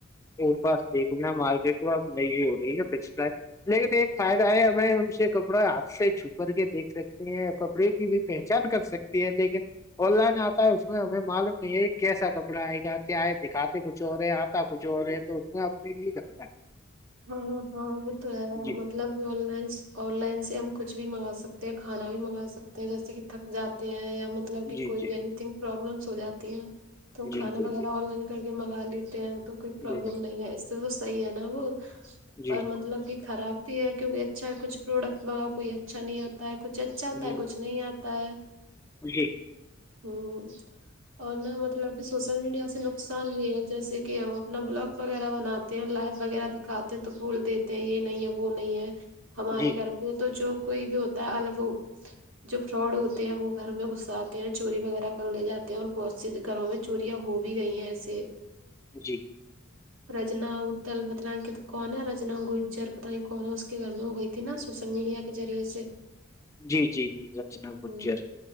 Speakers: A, on the left; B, on the right.
A: اور پاس دیکھنا مار گ تو اب نہیں ہو رہی ہے ناچ لیکن ایک فائدہ ہے ہمیں ان سے کپڑا ہاتھ سے چھو کر کے دیکھ سکتی ہیں کپڑے کی بھی پہچان کر سکتی ہے لیکن آن لائن آتا ہے اس میں ہمیں مال یہ کیسا کپڑا آئے گا کہ آئے دکھاتے کچھ اور رہے آتا کچھ اور رہ ہے تو اس میں اپنے لیے کرتا ہے
B: ہاں ہاں ہاں وہ تو ہے
A: جی
B: مطلب آن لائن آن لائن سے ہم کچھ بھی منگا سکتے ہیں کھانا بھی منگا سکتے ہیں جیسے کہ تھک جاتا <unintelligible> مطلب کہ
A: جی
B: کوئی
A: جی
B: بھی اینی تھنگ پروابلمس ہو جاتی ہیں تو ہم
A: جی
B: کھانا
A: جی
B: وغیرہ آن لائن کر کے منگا لیتے ہیں تو کوئی پرابلم
A: بالکل
B: نہیں ہے اس سے تو صحیح ہے نا وہ
A: جی
B: پر مطلب کہ خراب بھی ہے کیونکہ اچھا ہے کچھ پروڈکٹ بگاؤ کوئی اچھا نہیں آتا ہے کچھ ا اچ چلتا
A: جی
B: ہے کچھ نہیں آتا ہے
A: جی
B: ہ اور نہ مطلب سوشل میڈیا سے نقصان بھی ہے جیسے کہ ہم اپنا بلاگ وغیرہ بناتے ہیں لائو وغیرہ دکھاتے تو بھول دیتے ہیں یہ نہیں ہے وہ نہیں ہے ہمارے
A: جی
B: گھر تو جو کوئی بھی ہوتا ہے الگ جو فراڈ ہوتے ہیں وہ گھر میں گھس آتے ہیں چوری وغیرہ کر لے جاتے ہیں اور گھروں میں چوریاں ہو بھی گئی ہیں ایسے
A: جی
B: رجنا ہدل مت ک کون ہے رجنا گوب جر پت کون ہے اس کے گھر میں ہو گئی تھی نا سوشل میڈیا کے ریعے سے
A: جی جی جی رچنا گجر
B: ہ